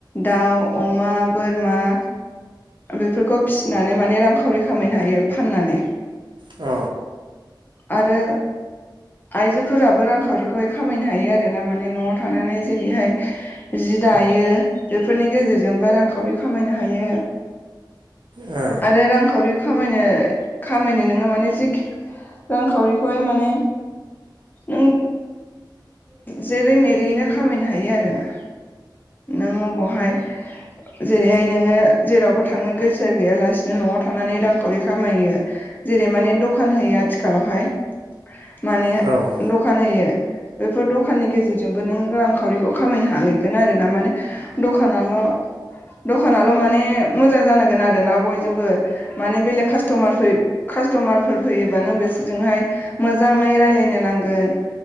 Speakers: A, on the left (about 25°); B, on the right (about 75°).
A: दाउ अमा बोरमा बेफोरखौ फिसिनानै माने रांखावरि खामायनो हायो फाननानै।
B: अ।
A: आरो आइजोफोराबो रांखावरिखौहाय खामायनो हायो। आरोना माने न'आव थानानै जेरैहाय जि दायो बेफोरनि गेजेरजोंबोा रांखावरि खामायनो हायो।
B: औ।
A: बे रांखावरि खामायनो खामायनो नोङो माने जखि रांखावरिखौहाय माने नों जेरै मेरैयैनो खामायनो हायो आरोना नों अबावहाय जेरैहाय नोङो जेरावबो थांनो गोसो गैयालासिनो न'आव थानानै रांखावरि खामायो। जेरै माने दखान होयो आथिखालावहाय माने
B: औ
A: दखान होयो। बेफोर दखाननि गेजेरजोंबो नों रांखावरिखौ खामायनो हाहैगोन आरो ना माने दखानाल' दखानल' माने मोजां जानांगोन आरोना बयजोंबो। माने बेलेग कास्टमार फयो कास्ट'मारफोर फैयोबानो बिसोरजोंहाय मोजाङै राय्लायनो नांगोन